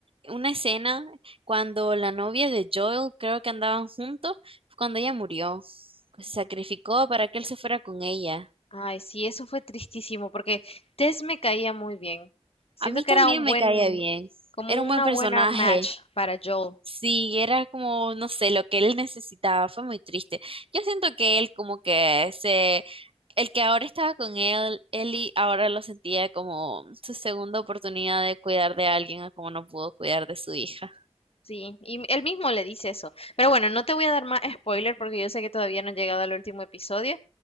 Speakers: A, on the right; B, on the left.
A: Una escena cuando la novia de Joel, creo que andaban juntos, fue cuando ella murió. Se sacrificó para que él se fuera con ella.
B: Ay, sí, eso fue tristísimo, porque Tess me caía muy bien. Siento
A: A mí
B: que
A: también
B: era un
A: me
B: buen,
A: caía bien.
B: como
A: Era
B: una
A: un buen personaje.
B: buena match para Joel.
A: Sí, era como, no sé, lo que él necesitaba, fue muy triste. Yo siento que él como que se, el que ahora estaba con él, Eli ahora lo sentía como su segunda oportunidad de cuidar de alguien, a como no pudo cuidar de su hija.
B: Sí, y él mismo le dice eso. Pero bueno, no te voy a dar más spoiler porque yo sé que todavía no he llegado al último episodio.